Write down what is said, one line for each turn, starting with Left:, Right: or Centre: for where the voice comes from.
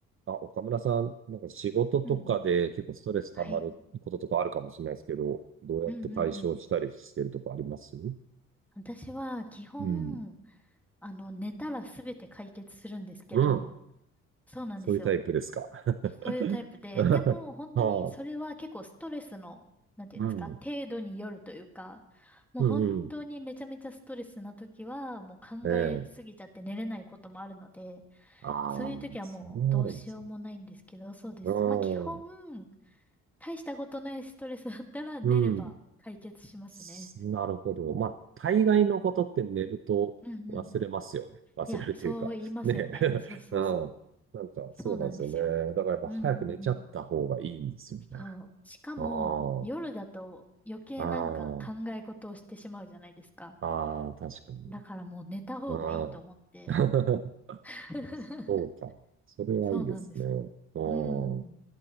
Right: あ、岡村さん、なんか仕事とかで結構ストレス溜まることとかあるかもしれないですけど、
Centre: うんうん。はい。
Right: どうやって解消したりしてるとかありますう
Centre: うんうんうん。私は基本、
Right: ん。
Centre: あの、寝たらすべて解決するんですけど、
Right: うん。
Centre: そうなんですよ。
Right: そういうタイプですか。<laughs>
Centre: そういうタイプで、
Right: ああ、
Centre: でも本当にそれは結構ストレスの、なんていうんですか、
Right: うん。
Centre: 程度によるというか、もう本当にめちゃめちゃストレスな時は、
Right: うんうん。
Centre: もう考えすぎちゃって寝れないこともあるので、
Right: ええ。ああ、
Centre: そういう時はもうどうしようもないんですけど、
Right: それはあるんですね。
Centre: そうです。
Right: う
Centre: まあ基本、
Right: ん。
Centre: 大したことないストレスだったら寝れば解決しますね。
Right: うん。すなるほど。まあ、大概のことって寝ると忘れますよね。
Centre: うん。うんうん。
Right: 忘れるというか。
Centre: いや、そう言いますよね。
Right: ねえ。
Centre: そうそうそう。
Right: <laughs> うん。なんか、そうなんですよね。
Centre: そうなんですよ。
Right: だからやっぱ早く寝ちゃった方がいいんですよね。
Centre: うんうんうん。そう。しかも、
Right: あ
Centre: 夜だと余計なんか考え事をしてしまうじゃないですか。
Right: あ、ああ、ああ、確かに。
Centre: だからもう寝た方がいいと思って。
Right: ああ、<laughs>
Centre: <laughs>
Right: そうか。それはいいですね。
Centre: そうなんです。
Right: ああ、
Centre: うん。